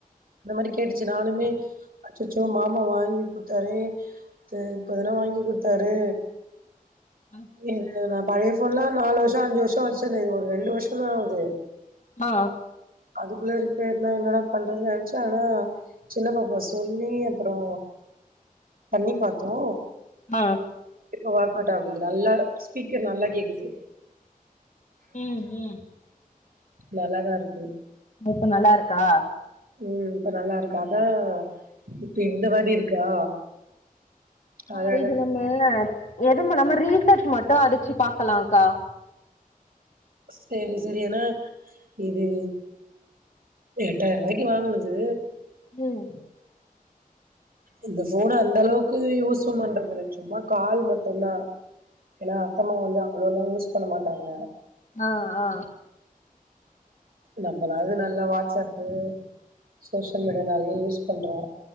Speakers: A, on the right; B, on the left.
A: அந்த மாரி கேட்டுச்சு நானுமே அச்சச்சோ மாமா வாங்கிகுடுத்தாரே தேங இப்பத்தான வாங்கி குடுத்தாரு
B: அ
A: இது நா பழைய போன்லா நாலு வருஷொ அஞ்சு வருஷொ வச்சனே இது ஒரு ரெண்டு வருஷந்தா ஆவுது
B: ஆ
A: அதுக்குள்ளே ரிப்பேர்னா என்னடா பண்றது நென்ச்சே ஆனா சின்ன பாப்பா சொல்லி அப்பறொ பண்ணி பாத்தோ
B: ஆ
A: இப்போ ஒர்க் அவுட் ஆவுது நல்லா ஸ்பீக்கர் நல்லா கேக்குது
B: ம் ம்
A: நல்லாதா இருக்கு
B: இப்ப நல்லாருக்கா
A: ம் இப்ப நல்லாருக்கு அதா இப்ப இந்த மாரி இருக்கா
B: ஆ
A: அதா அதா
B: இது நம்ம எதும நம்ம ரீசட் மட் டு அடிச்சி பாக்லாக்கா
A: செரி செரி ஏனா இது எட்டாயிர்ரூபாய்க்கு வாங்னது
B: உம்
A: இந்த ஃபோன அந்த அளவுக்கு யூஷும் பண்றது இல்ல சும்மா கால் மட்டுந்தா ஏன்னா அத்தம்மா வந்து அவ்வளொ ல்லா யூஸ் பண்ண மாட்டாங்க
B: ஆ ஆ
A: நம்மளாது நல்லா வாட்ஸ்ப்பு சோசியல் மீடியா நிறைய யூஸ் பண்றோ